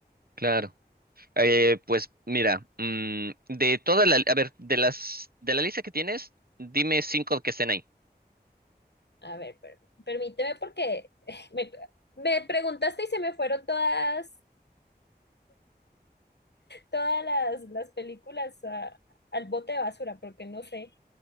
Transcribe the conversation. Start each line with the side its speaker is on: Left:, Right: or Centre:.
Right: claro. Eh, pues mira, mm, de toda la, a ver, de las, de la lista que tienes, dime cinco que estén ahí.
Left: A ver, per- permíteme porque <laughs> eh, me, me preguntaste y se me fueron todas, todas las, las películas a- al bote de basura, porque no sé.